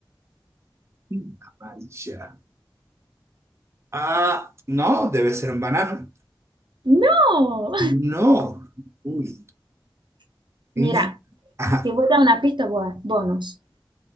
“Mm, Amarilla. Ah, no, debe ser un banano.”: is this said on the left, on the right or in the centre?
Right